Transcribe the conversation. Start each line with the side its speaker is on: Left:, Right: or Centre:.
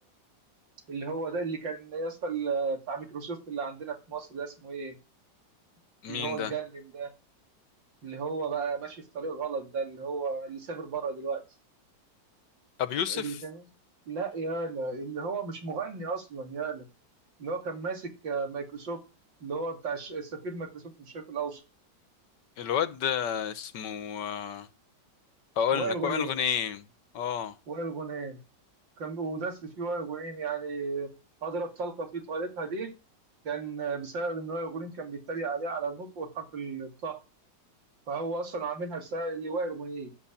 Right: اللي هو ده اللي كان يا اسطى ال- بتاع مايكروسوفت اللي عندنا في مصر ده اسمه ايه اللي
Left: مين
Right: هو اتجنن
Left: ده
Right: ده اللي هو بقى ماشي في طريق غلط ده اللي هو اللي سافر بره دلوقتي
Left: أبي يوسف
Right: اللي كان لا يالا اللي هو مش مغني اصلا يالا اللي هو كان ماسك آه، مايكروسوفت اللي هو بتاع الش- سفير مايكروسوفت في الشرق الاوسط
Left: الواد ده اسمه آه، هقول
Right: وائل
Left: لك
Right: غنيم
Left: وائل غنيم اه
Right: وائل غنيم كان ودس فيه وائل غنيم يعني اضرب طلقه في طريقها دي كان آه، بسبب ان وائل غنيم كان بيتريق عليه على النطق والحرف الطاء فهو اصلا عاملها بسبب اللواء الاغنيه